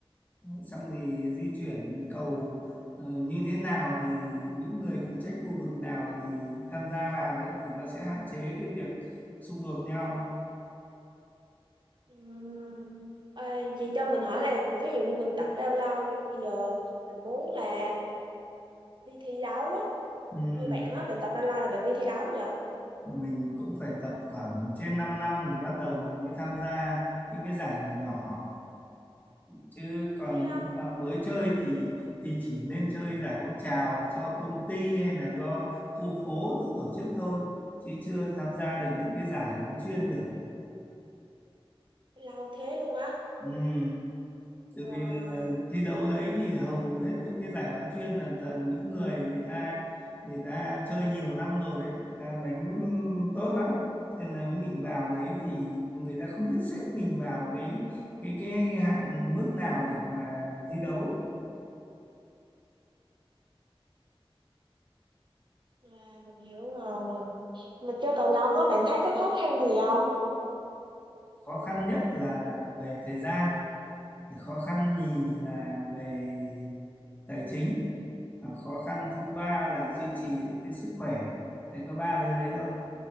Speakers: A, on the left; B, on the right.
A: Đấy, xong thì di chuyển cầu ờ, như thế nào thì những người phụ trách khu vực nào thì tham gia vào ấy thì nó sẽ hạn chế cái việc xung đột nhau
B: Ừm, ê, vậy cho mình hỏi là ví dụ như mình tập bao lâu bây giờ mình muốn là đi thi đấu á
A: Ừm,
B: như bạn á bạn tập bao lâu là bạn đi thi đấu vậy
A: mình cũng phải tập khoảng trên 5 năm thì bắt đầu mình mới tham gia những cái giải nhỏ nhỏ chứ còn
B: thế á
A: nếu mà mới chơi thì thì chỉ nên chơi giải phong trào do công ty hay là do khu phố tự tổ chức thôi chứ chưa tham gia được những cái giải bán chuyên được
B: lâu thế luôn á
A: ừ.
B: wow
A: Tại vì là thi đấu đấy thì hầu hết những cái giải bán chuyên là toàn những người người ta người ta chơi nhiều năm rồi ấy, người ta đánh tốt lắm nên là mình vào đấy thì người ta không biết xếp mình vào cái cái cái hạng mức nào để mà thi đấu ấy.
B: À, mình hiểu rồi. Mình chơi cầu lông á, bạn thấy có khó khăn gì không?
A: khó khăn nhất là về thời gian khó khăn nhì là về tài chính và khó khăn thứ ba là duy trì được cái sức khỏe hay có ba thứ đấy thôi